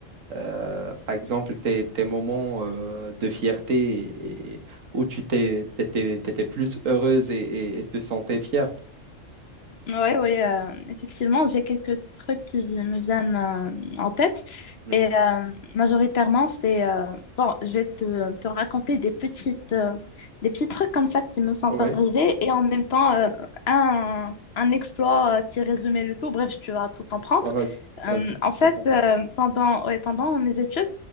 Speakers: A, on the right; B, on the left.
A: Euh, par exemple, tes, tes moments euh, de fierté et- et- où tu t'es, t'étais, t'étais plus heureuse et, et- et te sentais fière.
B: Oui, oui, effectivement, j'ai quelques trucs qui vi- me viennent euh, en tête.
A: Mhm.
B: Et euh, majoritairement, c'est... euh, bon, je vais te, te raconter des petites, euh, des petits trucs comme ça qui me sont
A: Ouais,
B: arrivés et en même temps, euh, un, un exploit euh, qui résumait le tout. Bref, tu vas tout comprendre.
A: bah, vas-y,
B: Euh,
A: vas-y,
B: en fait,
A: je t'entends.
B: euh, pendant, ouais, pendant mes études,